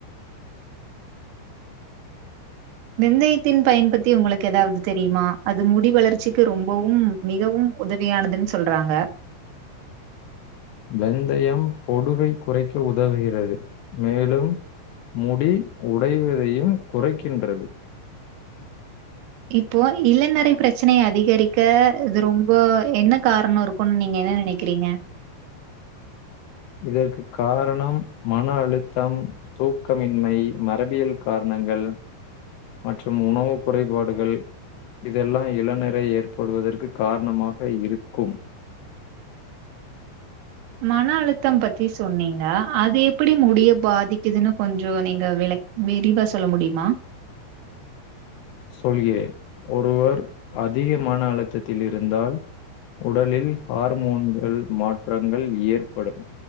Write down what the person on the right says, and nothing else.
வெந்தயத்தின் பயன் பத்தி உங்களுக்கு ஏதாவது தெரியுமா அது முடி வளர்ச்சிக்கு ரொம்பவும் மிகவும் உதவியானதுன் சொல்றாங்க
இப்போ இளநறை பிரச்சனைய அதிகரிக்க இது ரொம்ப என்ன காரணம் இருக்கும்னு நீங்க என்ன நினைக்கிறீங்க
மன அழுத்தம் பத்தி சொன்னீங்க அது எப்படி முடிய பாதிக்குதுன்னு கொஞ்ச நீங்க விளக் விரிவா சொல்ல முடிமா